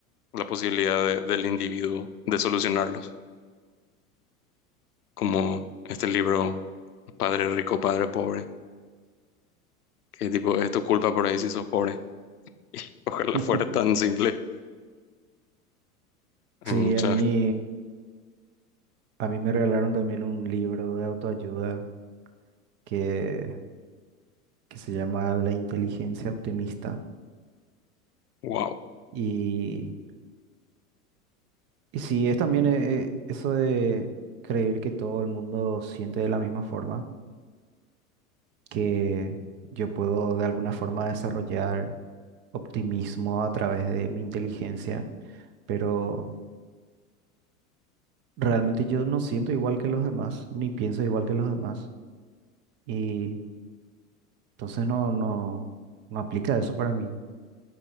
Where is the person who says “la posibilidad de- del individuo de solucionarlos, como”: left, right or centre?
Left